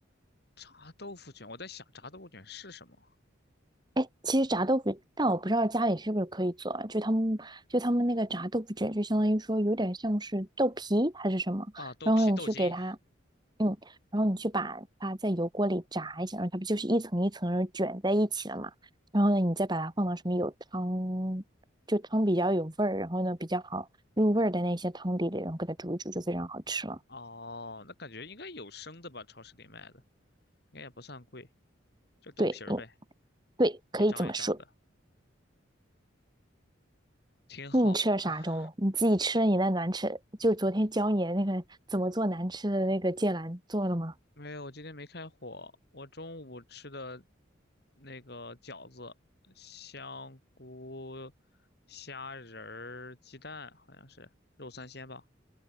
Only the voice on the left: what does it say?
炸豆腐卷，我在想炸豆腐卷是什么
啊？豆皮、
豆筋。
哦，那感觉应该有生的吧？超市里卖的应该也不算贵，就豆皮儿呗，
一张一张的，挺好的。
没有，我今天没开火，我中午吃的那个饺子，香菇、虾仁儿、鸡蛋，好像是肉三鲜吧。